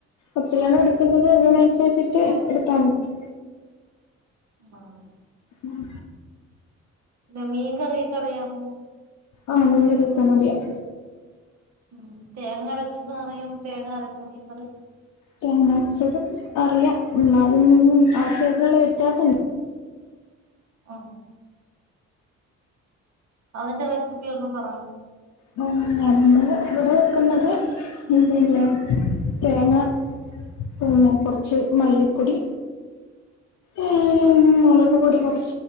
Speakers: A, on the left (about 70°); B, on the right (about 60°).
A: ഒത്തിരിയാണോ എടുക്കുന്നത് അതിനന്നുസരിച്ചിട്ട് എടുത്താൽ മതി
B: ആഹ്
A: ഉം
B: പിന്നെ മീൻ കറിയൊക്കെറിയാമോ?
A: ആഹ് മീൻകറി വെക്കാനറിയാം.
B: ഉ തേങ്ങ അരച്ചതാ അറിയാം. തേങ്ങ അരച്ച മീൻകറി
A: തേങ്ങ അരച്ചതും അറിയാം എന്നാലും ഉംആശയത്തിനുള്ള വ്യത്യാസംണ്ട്
B: ഓ അതിന്റെ റെസിപ്പി ഒന്നും പറ
A: നമ്മ ഇവിടെ വെക്കുന്നത് എ പിന്നെ തേങ്ങ പിന്നെ കുറച്ച് മല്ലിപ്പൊടി ഉ
B: ഉം
A: നളക്ക പല്ല